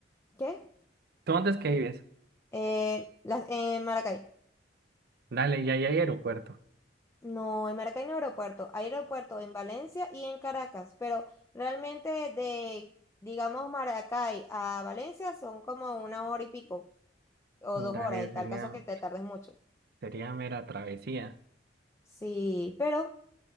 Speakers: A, on the left; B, on the right.
A: ¿Qué?
B: ¿Tú dónde es que vives?
A: Eh, las- en Maracay.
B: Dale, y ahí hay aeropuerto.
A: No, en Maracay no hay aeropuerto. Hay aeropuerto en Valencia y en Caracas, pero realmente de, digamos, Maracay a Valencia son como una hora y pico o dos
B: Dale,
A: horas, en
B: sería,
A: tal caso que te tardes mucho.
B: sería mera travesía.
A: Sí, pero